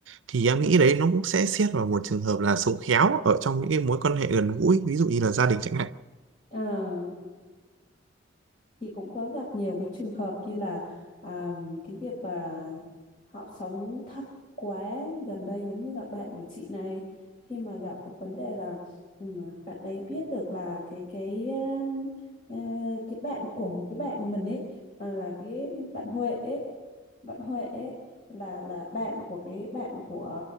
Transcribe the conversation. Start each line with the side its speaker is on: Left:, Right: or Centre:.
Right: thì em nghĩ đấy nó cũng sẽ xét vào một trường hợp là sống khéo ở trong những cái mối quan hệ gần gũi ví dụ như là gia đình chẳng hạn
Left: à, chị cũng có gặp nhiều cái trường hợp như là à, cái việc mà họ sống thật quá gần đây giống như là bạn của chị này khi mà gặp một vấn đề là ừ, bạn đấy biết được là cái cái um, ờ, cái bạn của một cái bạn mình ấy à, là cái bạn Huệ ấy bạn Huệ ấy là là bạn của cái bạn của